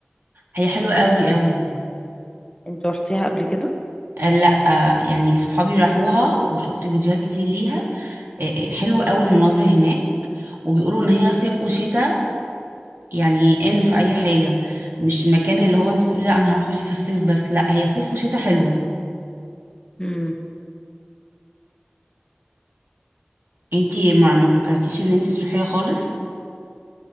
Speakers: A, on the right (about 65°); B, on the left (about 20°).
A: هي حلوة قوي قوي
B: انت رحتيها قبل كده؟
A: قال لا آه، يعني صحابي راحوها وشفت فيديوهات كتير ليها إيه إيه، حلوة قوي المناظر هناك وبيقولوا ان هي صيف وشتاء يعني ان في اي حاجة مش مكان اللي هو انت تقولي لا انا هروح في الصيف بس لا هي صيف وشتاء حلوة
B: مم.
A: انت ما ما فكرتيش ان انت تروحيها خالص